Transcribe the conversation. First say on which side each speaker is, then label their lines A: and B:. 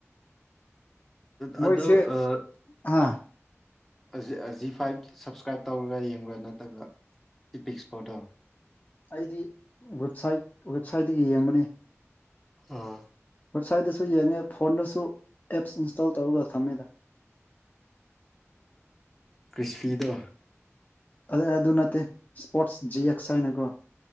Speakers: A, on the left; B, in the centre.
A: ꯃꯣꯏꯁꯦ
B: ꯑ ꯑꯗꯣ ꯑ
A: ꯑ
B: ꯑꯖꯤ ꯑꯖꯤ ꯐꯥꯏꯚ ꯁꯞꯁꯀ꯭ꯔꯥꯏꯞ ꯇꯧꯔꯒ ꯌꯦꯡꯕ꯭ꯔꯥ ꯅꯠꯇꯒ ꯏꯄꯤꯛꯁꯄꯣꯗ
A: ꯑꯩꯗꯤ ꯋꯦꯕꯁꯥꯢꯠ ꯋꯦꯕꯁꯥꯏꯠꯇꯒꯤ ꯌꯦꯡꯕꯅꯦ
B: ꯑꯥ
A: ꯋꯦꯕꯁꯥꯏꯠꯇꯁꯨ ꯌꯦꯡꯉꯦ ꯐꯣꯟꯗꯁꯨ ꯑꯦꯞꯁ ꯏꯟꯁꯇꯣꯜ ꯇꯧꯔꯒ ꯊꯝꯃꯦꯗ
B: ꯀ꯭ꯔꯤꯁꯐꯤꯗꯣ
A: ꯑꯗ ꯑꯗꯨ ꯅꯠꯇꯦ ꯁ꯭ꯄꯣꯔꯠꯁ ꯖꯤ ꯑꯦꯛꯁ ꯍꯥꯏꯅꯀꯣ